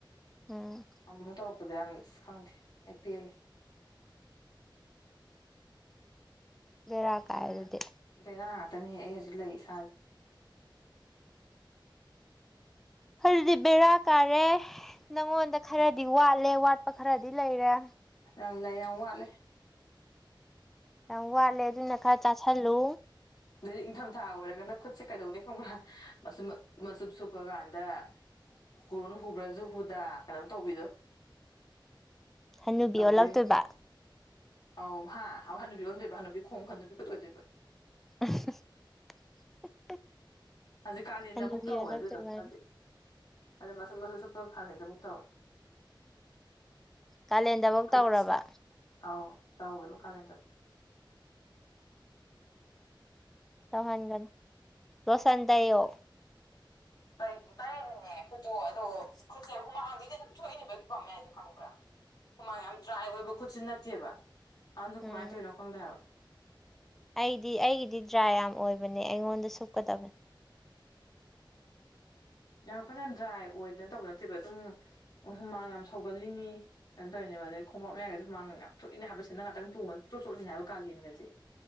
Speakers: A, in the centre; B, on the left.
A: ꯎꯝ
B: ꯑꯃꯨꯛꯃꯨꯛ ꯇꯧꯔꯛꯄꯗ ꯌꯥꯝ ꯑꯁ ꯈꯪꯗꯦ ꯑꯩ ꯄꯦꯜꯂꯦ
A: ꯕꯦꯔꯥ ꯀꯥꯏ
B: ꯑꯗꯨꯅ
A: ꯑꯗꯨꯗꯤ
B: ꯕꯦꯔꯥ ꯉꯥꯛꯇꯅꯤꯍꯦ ꯑꯩ ꯍꯧꯖꯤꯛ ꯂꯩ ꯏꯁꯥꯖꯦ
A: ꯑꯗꯨꯗꯤ ꯕꯦꯔꯥ ꯀꯥꯔꯦ ꯅꯪꯉꯣꯟꯗ ꯈꯔꯗꯤ ꯋꯥꯠꯂꯦ ꯋꯥꯠꯄ ꯈꯔꯗꯤ ꯂꯩꯔꯦ
B: ꯌꯥꯝꯂꯩꯥ ꯌꯥꯝ ꯋꯥꯠꯂꯦ
A: ꯌꯥꯝ ꯋꯥꯠꯂꯦ ꯑꯗꯨꯅ ꯈꯔ ꯆꯥꯁꯤꯜꯂꯨ
B: ꯑꯗꯨꯗꯩꯩ ꯏꯪꯊꯝꯊꯥ ꯑꯣꯏꯔꯒꯅ ꯈꯨꯠꯁꯦ ꯀꯩꯗꯧꯅꯤ ꯈꯪꯕ꯭ꯔꯥ ꯃꯆ ꯃꯆꯨꯞ ꯁꯨꯞꯄ ꯀꯥꯟꯗ ꯀꯨꯔꯣꯟ ꯍꯨꯕ꯭ꯔꯁꯨ ꯍꯨꯗꯥ ꯀꯩꯅꯣꯝ ꯇꯧꯕꯤꯗꯣ
A: ꯍꯟꯅꯨꯕꯤ
B: ꯇꯧꯗꯣꯏꯅꯤ
A: ꯑꯣꯜꯂꯛꯇꯣꯏꯕ
B: ꯑꯧ ꯍꯥꯥꯎ ꯍꯟꯅꯕꯤ ꯑꫭꯟꯗꯨꯏꯕ ꯍꯟꯅꯕꯤ ꯈꯣꯡ ꯍꯟꯅꯕꯤ ꯈꯨ ꯑꯣꯏꯗꯣꯏꯕ
A: <unintelligible>
B: ꯍꯧꯖꯤꯛ ꯀꯥꯂꯦꯟꯗꯕꯨꯛ
A: ꯍꯟꯅꯨꯕꯤ
B: ꯇꯧꯋꯦ
A: ꯑꯣꯜꯂꯛꯇꯣꯏꯕ
B: ꯑꯗꯨꯗꯣ ꯍꯧꯖꯤꯛ ꯑꯗ ꯃꯁꯨꯞ ꯃꯁꯨꯞ ꯁꯨꯞꯄ ꯀꯥꯂꯦꯟꯗ ꯐꯥꯎ ꯇꯧꯋꯦ
A: ꯀꯥꯂꯦꯟꯗꯕ ꯐꯥꯎ
B: ꯈꯨꯠ
A: ꯇꯧꯔꯕ
B: ꯁꯥ ꯑꯧ ꯇꯧꯋꯦꯕ ꯀꯥꯂꯦꯟꯇ
A: ꯇꯧꯍꯟꯒꯅꯨ ꯂꯣꯁꯟ ꯇꯩꯌꯣ
B: ꯀꯩꯅꫭ ꯇꯩꯔꯤꯅꯦ ꯈꯨꯠꯇꯣ ꯑꯗꯣ ꯈꯨꯠꯁꯦ ꯍꯨꯃꯥꯡꯗꯤ ꯑꯗꯨꯝ ꯊꯣꯛꯏꯅꯦꯕ ꯈꯨꯄꯥꯛꯞ ꯃꯌꯥꯁꯦ ꯈꯪꯕ꯭ꯔꯥ ꯍꯨꯃꯥꯡ ꯌꯥꯝ ꯗ꯭ꯔꯥꯏ ꯑꯣꯏꯕ ꯈꯨꯠꯁꯨ ꯅꯠꯇꯦꯕ ꯑꯗ
A: ꯎꯝ
B: ꯀꯃꯥꯏꯅ ꯇꯧꯔꯤꯅꯣ ꯈꯪꯗꯦ ꯍꯥꯏꯕ
A: ꯑꯩꯗꯤ ꯑꯩꯒꯤꯗꯤ ꯗ꯭ꯔꯥꯏ ꯌꯥꯝ ꯑꯣꯏꯕꯅꯦ ꯑꯩꯉꯣꯟꯗ ꯁꯨꯛꯀꯗꯕꯅꯦ
B: ꯌꯥꯝ ꯀꯟꯅ ꯗ꯭ꯔꯥꯏ ꯑꯣꯏꯗꯅ ꯇꯧꯕ ꯅꯠꯇꯦꯕ ꯑꯗꯨꯝ ꯑꯣ ꯍꯨꯃꯥꯡ ꯌꯥꯝ ꯁꯧꯒꯠꯂꯤꯅꯤ ꯀꯩꯅꯣ ꯇꯧꯔꯤꯅꯦꯕ ꯑꯗꯩ ꯈꯣꯡꯕꯥꯞ ꯃꯌꯥꯒꯁꯦ ꯍꯨꯃꯡ ꯌꯥꯝ ꯊꯣꯛꯏꯅꯦ ꯍꯥꯏꯕ ꯁꯦꯟꯗꯟ ꯉꯥꯡꯇꯥꯡ ꯇꯣꯡꯕꯅ ꯄꯨꯟꯆꯣꯠ ꯆꯣꯠꯁꯤꯅꯤ ꯍꯥꯏꯕ ꯀꯥꯂꯦꯟꯒꯁꯦ꯫